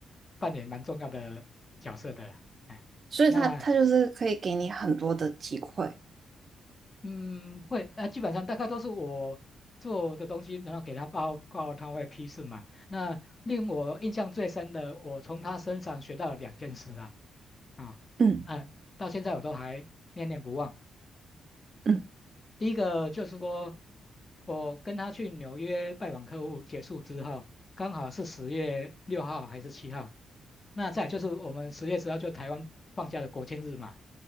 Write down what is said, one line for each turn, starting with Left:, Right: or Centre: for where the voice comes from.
Left: 扮演蛮重要的角色的了。哎，
Right: 所以他他就是可以给你很多的机会，
Left: 那嗯，会，呃，基本上大概都是我做的东西，然后给他报告，他会批示嘛。那令我印象最深的，我从他身上学到了两件事啦，啊，
Right: 嗯
Left: 嗯、到现在我都还念念不忘。
Right: 嗯，
Left: 第一个就是说，我跟他去纽约拜访客户结束之后，刚好是十月六号还是七号，那再来就是我们十月十号就台湾放假的国庆日嘛。